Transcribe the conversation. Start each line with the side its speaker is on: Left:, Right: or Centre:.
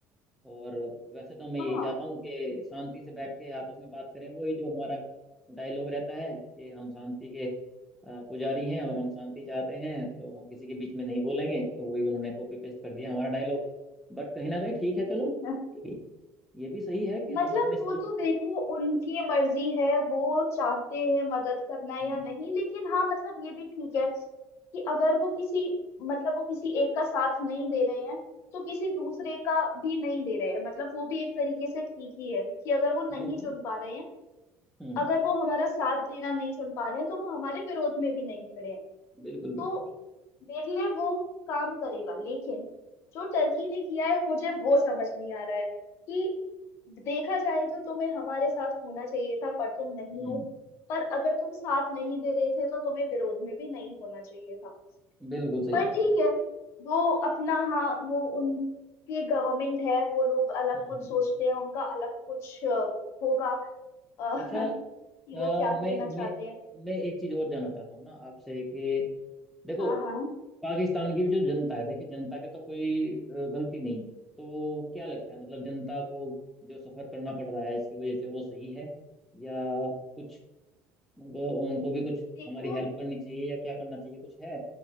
Centre: और वैसे तो मैं
Left: हाँ
Centre: यही चाहता हूँ कि शांति से बैठ के आपस में बात करें वही जो हमारा डायलॉग रहता है कि हम शांति के अ, पुजारी हैं और हम शांति चाहते हैं तो हम किसी के बीच में नहीं बोलेंगे तो वही उन्होंने कॉपी पेस्ट कर दिया हमारा डायलॉग बट कहीं ना कहीं ठीक है चलो
Left: <laughs>
Centre: ये भी ये भी सही है कि हम
Left: मतलब
Centre: अपने सेल्फ
Left: वो तो देखो उनकी मर्जी है वो चाहते हैं मदद करना या
Centre: हम्म,
Left: नहीं लेकिन हाँ मतलब ये भी ठीक है कि अगर वो किसी मतलब वो किसी एक का साथ नहीं दे रहे हैं तो किसी दूसरे का भी नहीं दे रहे हैं मतलब वो भी एक तरीके से ठीक ही है कि अगर वो नहीं
Centre: बिल्कुल
Left: चुन पा रहे हैं
Centre: हम्म
Left: अगर वो हमारा साथ देना नहीं चुन पा रहे हैं तो वो हमारे विरोध में भी नहीं खड़े हैं
Centre: बिल्कुल बिल्कुल
Left: तो
Centre: बिल्कुल
Left: मेरे लिए वो काम करेगा लेकिन जो टर्की ने किया है मुझे वो समझ नहीं आ रहा है देखा जाए तो तुम्हें हमारे साथ होना चाहिए था पर तुम नहीं
Centre: हम्म
Left: हो पर अगर तुम साथ नहीं दे रहे थे तो तुम्हें विरोध में भी नहीं होना चाहिए था
Centre: बिल्कुल सही
Left: पर
Centre: बात
Left: ठीक
Centre: है
Left: है वो अपना हाँ वो उनकी गवर्नमेंट है वो लोग अलग
Centre: हम्म
Left: कुछ
Centre: हम्म।
Left: सोचते हैं उनका अलग कुछ अ, होगा अ, <laughs>
Centre: अच्छा अ,
Left: कि वो क्या करना
Centre: मैं
Left: चाहते
Centre: मैं
Left: हैं
Centre: मैं एक चीज और जानना चाहता हूँ ना आपसे कि देखो
Left: हाँ हाँ
Centre: पाकिस्तान की भी जो जनता है देखिए जनता के तो कोई अ, गलती नहीं है तो क्या लगता है मतलब जनता को जो सफर करना पड़ रहा है इसकी वजह से वो सही है या कुछ उनको उनको भी कुछ
Left: देखो
Centre: हमारी हेल्प करनी चाहिए या क्या करना चाहिए कुछ है